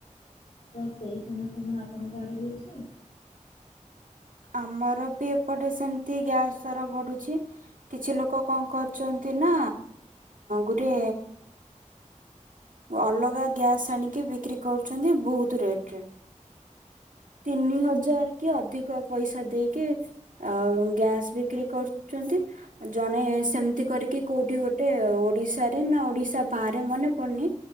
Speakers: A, on the left; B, on the right.
A: ତ ସେଇ ସମସ୍ୟା କଣ ଆପଣଙ୍କ ଆଡେ ବି ଅଛି?
B: ଆମର ବି ଏପଟେ ସେମତି ଗ୍ୟାସ ଦର ବଢୁଛି। କିଛି ଲୋକ କଆଁ କରୁଚନ୍ତି ନା। ଗୋଟେ ଅଲଗା ଗ୍ୟାସ୍ ଆଣିକି ବିକ୍ରି କରୁଚନ୍ତି। ବହୁତ ରେଟ ରେ। ତିନି ହଜାର କି ଅଧିକ ପଇସା ଦେଇକି ଆଉ ଗ୍ୟାସ ବିକ୍ରି କରୁଛନ୍ତି। ଜଣେ ସେମିତି କରିକି କୋଉଠି ଗୋଟେ ଓଡିଶାରେ ନା ଓଡିଶା ବାହାରେ ମନେ ପଡୁନି